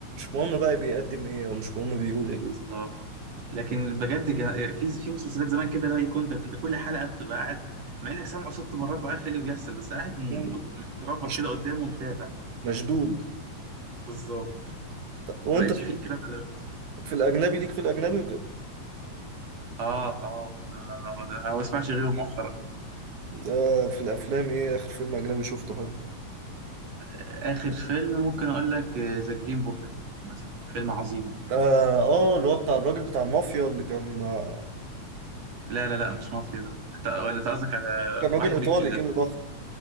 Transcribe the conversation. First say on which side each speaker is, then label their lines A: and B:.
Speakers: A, on the right; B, on the right.
A: مهم بقى بيقدم ايه ومش مهم بيقول
B: بالظبط
A: ايه
B: لكن بجد جا- في في مسلسلات زمان كده لا كنت انت كل حلقة بتبقى قاعد مع انك سامعه ست مرات وعارف ايه اللي بيحصل بس قاعد م-
A: مم.
B: مت- متربط
A: مش
B: كده قدامه ومتابع
A: مشدود
B: بالظبط
A: وانت
B: ما بقتش فيه الكلام ده
A: في الاجنبي ليك في الاجنبي وكده
B: اه اه آه، ده ما بسمعش غيره مؤخرا
A: آه في الافلام ايه اخر فيلم اجنبي شفته حلو
B: آه، اخر فيلم ممكن اقول لك ذا جرين بوك مثلا فيلم عظيم
A: اه اه اللي هو بتاع الراجل بتاع المافيا اللي كان آه
B: لا لا لا مش مافيا ده انت ولا انت قصدك على
A: كان راجل
B: واحد
A: ايطالي
B: مك...
A: كده ضخم